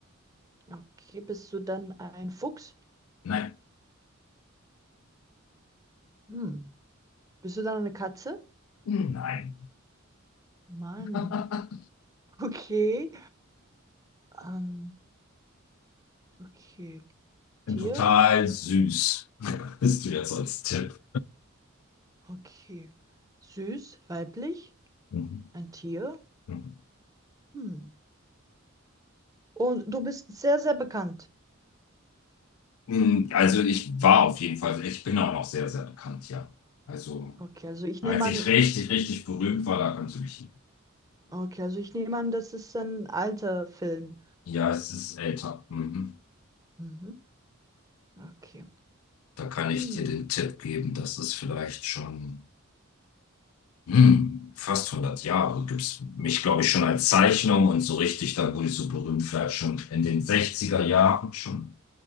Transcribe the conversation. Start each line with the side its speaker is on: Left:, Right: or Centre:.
Right: Okay. Bist du dann ein Fuchs?
Left: Nein.
Right: Hm. Bist du dann eine Katze?
Left: Hm, Nein.
Right: Mann.
Left: <laughs>
Right: <laughs> Okay. Ähm, okay. Tier?
Left: bin total süß. <laughs> Bist du jetzt als Tipp?
Right: Okay. Süß, weiblich,
Left: Mhm.
Right: ein Tier?
Left: Mhm.
Right: Hm. Und du bist sehr, sehr bekannt.
Left: Mm, Also ich war auf jeden Fall, ich bin auch noch sehr, sehr bekannt, ja. Also
Right: Okay, also ich
Left: als
Right: nehme an,
Left: ich richtig, richtig berühmt war, da kannst du mich.
Right: okay, also ich nehme an, das ist ein alter Film.
Left: Ja, es ist älter. Mhm.
Right: Mhm. Okay.
Left: Da kann ich
Right: Hm.
Left: dir den Tipp geben, dass es vielleicht schon hm, fast hundert Jahre gibt's mich, glaube ich, schon als Zeichnung und so richtig, dann wurde ich so berühmt, vielleicht schon in den sechziger Jahren schon.